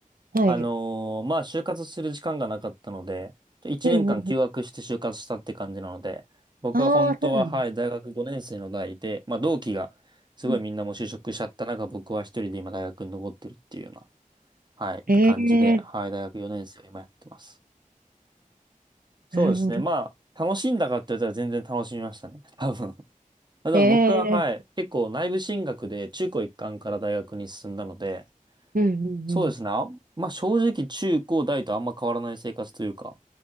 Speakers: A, on the right; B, on the right.
A: はい。
B: あのーまあ、就活する時間がなかったので、1年間休学して就活したって感じなので、
A: うんうんうん。
B: 僕は本当は、
A: ああ、そうなんです。
B: はい、大学5年生の代で、まあ、同期が、すごいみんなもう就職しちゃった中、
A: うん
B: 僕は一人で今大学に残ってるっていうようなはい、って感じで、
A: え
B: はい、
A: え
B: 大学4年生を今やってます。そうですね。
A: ー。なるほど。
B: まあ、楽しんだかって言ったら全然楽しみましたね。<laughs> 多分。<laughs> ただ僕は、
A: ええー。
B: はい、結構内部進学で中高一貫から大学に進んだので、
A: うんうん
B: そうですね。あんまあ正直中高大とあんま変わらない生活というか、